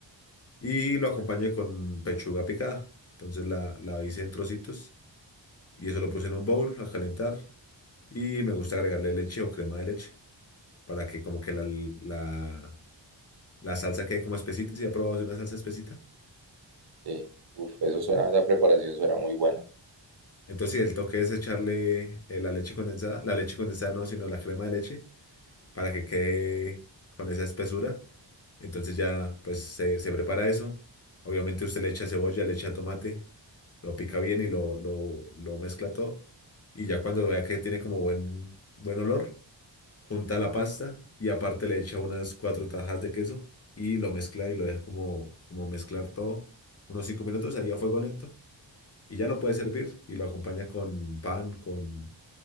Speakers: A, on the left (about 35°); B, on the right (about 55°).
A: Y lo acompañé con pechuga picada. Entonces la, la hice en trocitos y eso lo puse en un bowl a calentar. Y me gusta agregarle leche o crema de leche para que como que la, la, la salsa quede como espesita. Si ha probado una salsa espesita.
B: Sí, uf, eso suena, esa preparación suena muy buena.
A: Entonces sí, el toque es echarle eh, la leche condensada, la leche condensada no, sino la crema de leche para que quede con esa espesura Entonces ya pues se, se prepara eso. Obviamente usted le echa cebolla, le echa tomate, lo pica bien y lo, lo, lo mezcla todo. Y ya cuando vea que tiene como buen, buen olor, junta la pasta y aparte le echa unas cuatro tajas de queso y lo mezcla y lo deja como, como mezclar todo unos cinco minutos ahí a fuego lento. Y ya lo puede servir y lo acompaña con pan, con